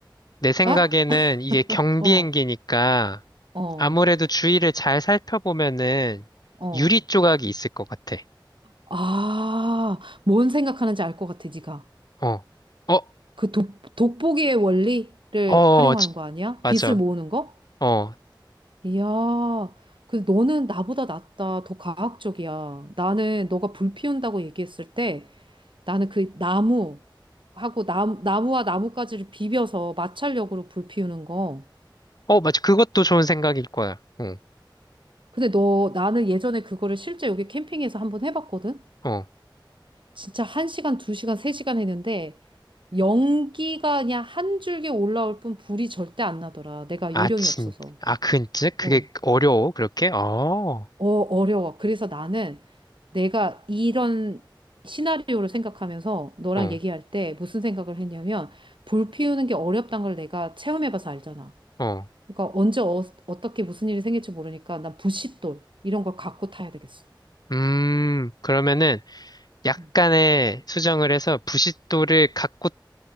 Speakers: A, on the left (about 55°); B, on the right (about 85°).
A: 내 생각에는
B: 아?
A: 이게 경비행기니까
B: 어, 어,
A: 아무래도 주위를 잘 살펴보면은
B: 어.
A: 유리 조각이 있을 것 같아.
B: 아, 뭔 생각하는지 알 것 같아, 네가.
A: 어, 어,
B: 그 독, 돋보기의 원리를
A: 어,
B: 활용하는
A: 지-
B: 거 아니야?
A: 맞아.
B: 빛을 모으는 거?
A: 어,
B: 이야, 그 너는 나보다 낫다. 더 과학적이야. 나는 너가 불 피운다고 얘기했을 때 나는 그 나무하고 나, 나무와 나뭇가지를 비벼서 마찰력으로 불 피우는 거.
A: 어, 맞아. 그것도 좋은 생각일 거야. 응,
B: 근데 너, 나는 예전에 그거를 실제 여기 캠핑에서 한번 해봤거든?
A: 어.
B: 진짜 한시간두시간세시간 했는데 연기가 그냥 한 줄기 올라올 뿐 불이 절대 안 나더라. 내가
A: 아,
B: 요령이
A: 진,
B: 없어서.
A: 아, 근, 그게
B: 어.
A: 어려워, 그렇게? 어.
B: 어, 어려워. 그래서 나는 내가 이런 시나리오를 생각하면서 너랑
A: 어,
B: 얘기할 때 무슨 생각을 했냐면 불 피우는 게 어렵다는 걸 내가 체험해봐서 알잖아.
A: 어.
B: 그러니까 언제 어, 어떻게 무슨 일이 생길지 모르니까 난 부싯돌 이런 걸 갖고 타야 되겠어.
A: 음, 그러면은 약간의
B: 음.
A: 수정을 해서 부싯돌을 갖고